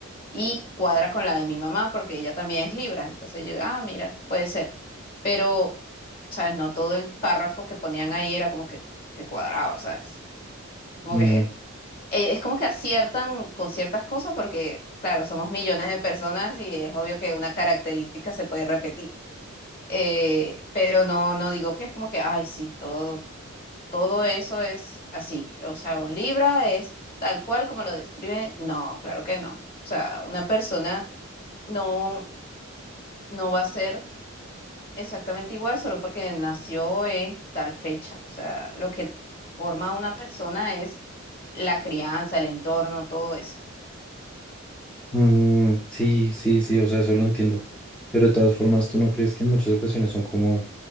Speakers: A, on the left; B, in the centre.
A: Y cuadra con la de mi mamá, porque ella también es libra. Entonces yo, ah, mira, puede ser. Pero, ¿sabes? No todo el párrafo que ponían ahí era como que, que cuadraba, ¿sabes? Es como
B: Mm,
A: que eh, es como que aciertan con ciertas cosas porque, claro, somos millones de personas y es obvio que una característica se puede repetir. Eh, pero no, no digo que es como que, ay, sí, todo, todo eso es así. O sea, un Libra es tal cual como lo describe. No, claro que no. O sea, una persona no, no va a ser exactamente igual solo porque nació en tal fecha. O sea, lo que forma a una persona es la crianza, el entorno, todo eso.
B: Mm, sí, sí, sí, o sea, eso lo entiendo. Pero de todas formas, ¿tú no crees que en muchas ocasiones son como, o